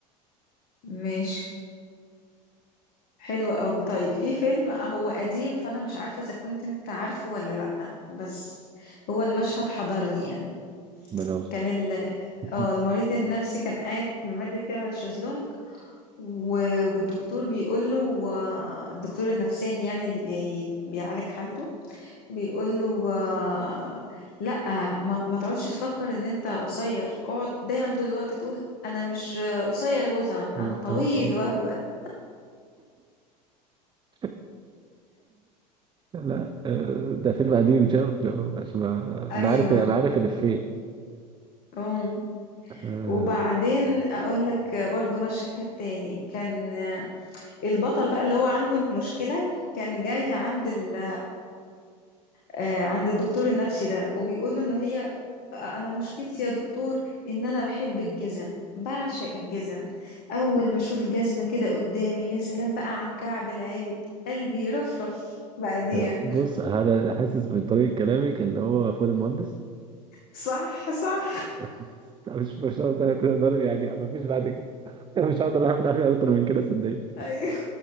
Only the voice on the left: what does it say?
ماشي حلوة قوي طيب في فيلم هو قديم فانا مش عارفة اذا كنت انت عارفه ولا لا بس هو المشهد حضرني يعني
كان ال...
اه المريض النفسي كان قاعد ممدد كده على الشезлونج و... والدكتور بيقول له الدكتور النفساني يعني اللي بي... بيعالج حالته بيقول له آه، لا ما ما تقعدش تفكر ان انت قصير اقعد دايما طول الوقت تقول انا مش آه، قصير وزع
انا طويل
وهبل
ايوه
أم.
وبعدين اقول لك برضو مشهد تاني كان آه، البطل بقى اللي هو عنده المشكلة كان جاي عند ال آه، عند الدكتور النفسي ده وبيقول له ان هي انا مشكلتي يا دكتور ان انا بحب الجزم بعشق الجزم اول ما اشوف جزمة كده قدامي يا سلام بقى على الكعب العالي قلبي يرفرف بعديها
صح صح
ايوه